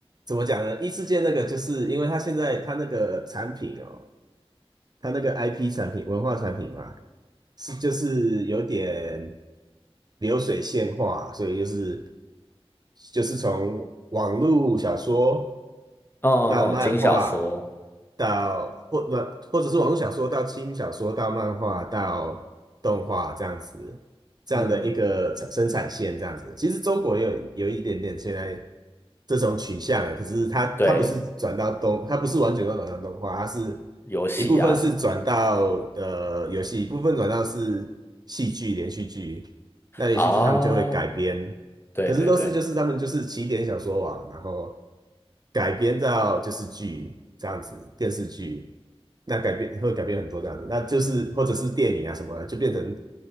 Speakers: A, on the right; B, on the left.
A: 怎么讲呢？异世界那个就是因为他现在他那个产品哦，他那个 IP 产品、文化产品嘛，是就是有点流水线化，所以就是就是从网络小说
B: 哦哦，
A: 到漫画，
B: 嗯轻小说，
A: 到或者或者是网络小说到轻小说到漫画到动画这样子，这样的一个产生产线这样子。
B: 嗯，嗯
A: 其实中国也有有一点点现在这种取向了，可是它它不是转到动，
B: 对，
A: 它不是完全都转到动画，它是。
B: 游戏啊什么，
A: 一部分是转到呃游戏，一部分转到是戏剧连续剧。那连续剧他们就会改编，
B: 哦，对对对，
A: 可是都是就是他们就是起点小说网，然后改编到就是剧这样子，电视剧。那改编会改编很多这样子，那就是或者是电影啊什么的，就变成